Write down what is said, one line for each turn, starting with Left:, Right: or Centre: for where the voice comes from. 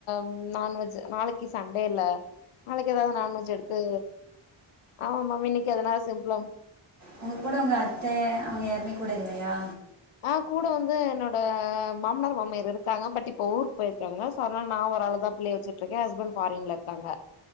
Left: ம் நான்வெஜ்ஜு நாளைக்கி சன்டே ல நாளைக்கி எதாது நான்வெஜ் எடுத்து ஆமா மேம் இன்னிக்கி அதனால சிம்புளா
Right: உங்க கூட உங்க அத்த அவுங்க யாருமே கூட இல்லயா
Left: அ கூட வந்து என்னோட மாமனார் மாமியார் இருக்காங்க பட் இப்ப ஊருக்கு போயிருக்காங்க சோ அதனால நா ஒராளு தா பிள்ளைய வச்சுட்டுருக்கே ஹஸ்பன்ட் ஃபாரின்ல இருக்காங்க